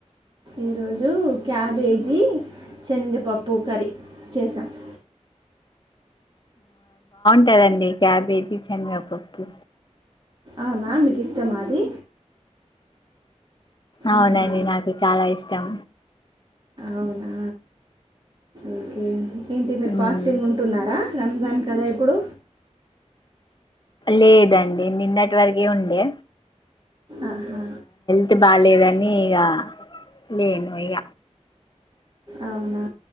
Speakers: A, on the right; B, on the left.
A: ఈరోజు క్యాబేజీ శనగపప్పు కర్రీ చేసాం <inaudible>
B: ఇంటదండి క్యాబేజ చనిపప్పుకి
A: అనా మీకు ఇష్టమాది
B: అవునండి
A: ఆహా
B: నాకు చాలా ఇష్టం
A: అవునా ఓకే ఏంటి మీరు పాస్టింగ్
B: మ్మ్.
A: ఉంటున్నారా రంజాన్ కదా ఇప్పుడు
B: లేదండి నిన్నటి వరకే ఉండే
A: ఆహా
B: తె బాలేదని ఇగ లేను ఇగ
A: అవునా